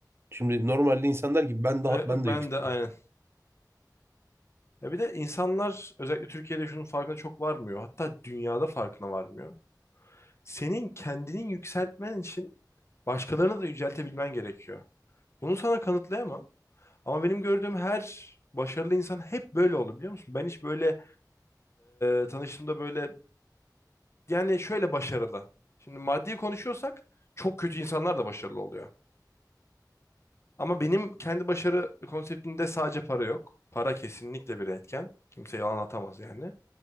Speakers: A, on the right; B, on the left.
A: Şimdi normalde insan der ki ben daha
B: Ve ben
A: ben de yüksek.
B: de aynen. Ya bir de insanlar özellikle Türkiye'de şunun farkına çok varmıyor. Hatta dünyada farkına varmıyor. Senin kendini yükseltmen için başkalarını da yüceltebilmen gerekiyor. Bunu sana kanıtlayamam. Ama benim gördüğüm her başarılı insan hep böyle oldu biliyor musun? Ben hiç böyle e, tanıştığımda böyle yani şöyle başarılı. Şimdi maddi konuşuyorsak çok kötü insanlar da başarılı oluyor. Ama benim kendi başarı konseptimde sadece para yok. Para kesinlikle bir etken. Kimse yalan atamaz yani.